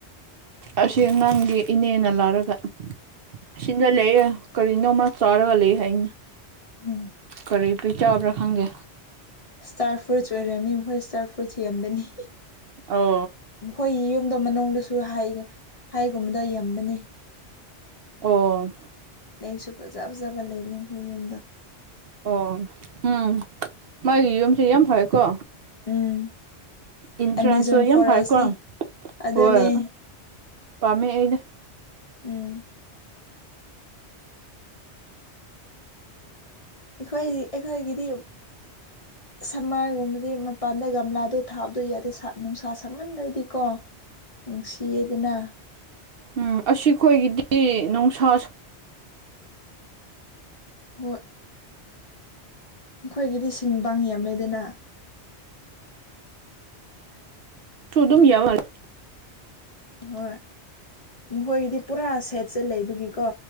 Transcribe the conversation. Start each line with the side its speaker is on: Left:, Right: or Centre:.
Right: ꯑꯁꯤ ꯅꯪꯒꯤ ꯏꯅꯦꯅ ꯂꯥꯎꯔꯒ ꯑꯁꯤꯗ ꯂꯩꯌꯦ ꯀꯔꯤꯅꯣ ꯃꯥ ꯆꯥꯔꯒ ꯂꯩ ꯍꯥꯏ
Left: ꯎꯝ
Right: ꯀꯔꯤ ꯄꯤꯖꯕ꯭ꯔ ꯈꯪꯗꯦ
Left: ꯏꯁꯇꯥꯔ ꯐ꯭ꯔꯨꯏꯠꯁ ꯑꯣꯏꯔꯝꯅꯤ ꯃꯈꯣꯏ ꯏꯁꯇꯥꯔ ꯐ꯭ꯔꯨꯏꯠꯁ ꯌꯦꯕꯅꯤ
Right: ꯑꯣ
Left: ꯃꯈꯣꯏ ꯌꯨꯝꯗ ꯃꯅꯨꯡꯗꯁꯨ ꯍꯥꯏꯒꯨꯝꯕꯗ ꯌꯝꯕꯅꯤ
Right: ꯑꯣ
Left: ꯂꯩꯁꯨ ꯐꯖ ꯐꯖꯕ ꯂꯩꯕꯅꯦ ꯃꯈꯣꯏ ꯌꯨꯝꯗ
Right: ꯑꯣ ꯎꯝ ꯃꯥꯒꯤ ꯌꯨꯝꯁꯤ ꯌꯥꯝ ꯐꯩꯌꯦꯀꯣ
Left: ꯎꯝ
Right: ꯏꯟꯁꯥꯡꯁꯨ
Left: ꯑꯦꯃꯦꯖꯣꯟ
Right: ꯌꯥꯝ
Left: ꯐꯣꯔꯦꯁꯅꯤ
Right: ꯐꯩꯀꯣ
Left: ꯑꯗꯨꯅꯦ
Right: ꯍꯣꯏ ꯄꯥꯝꯃꯦ ꯑꯩꯗꯤ
Left: ꯎꯝ ꯑꯩꯈꯣꯏ ꯑꯩꯈꯣꯏꯒꯤꯗꯤ ꯁꯝꯃꯔꯒꯨꯝꯕꯗꯤ ꯃꯄꯥꯟꯗ ꯒꯝꯂꯥꯗꯣ ꯊꯥꯕꯗꯣ ꯌꯥꯗꯦ ꯅꯨꯡꯁꯥ ꯁꯝꯃꯟꯗꯔꯗꯤꯀꯣ ꯅꯨꯡꯁꯤꯌꯦꯗꯅ
Right: ꯎꯝ ꯑꯁꯤꯈꯣꯏꯒꯤꯗꯤ ꯅꯨꯡꯁꯥ
Left: ꯍꯣ ꯃꯈꯣꯏꯒꯤꯗꯤ ꯁꯤꯡꯕꯥꯡ ꯌꯝꯃꯦꯗꯅ
Right: <unintelligible>
Left: ꯍꯣꯏ ꯃꯈꯣꯏꯒꯤꯗꯤ ꯄꯨꯔꯥ ꯁꯦꯠꯁꯦ ꯂꯩꯕꯒꯤꯀꯣ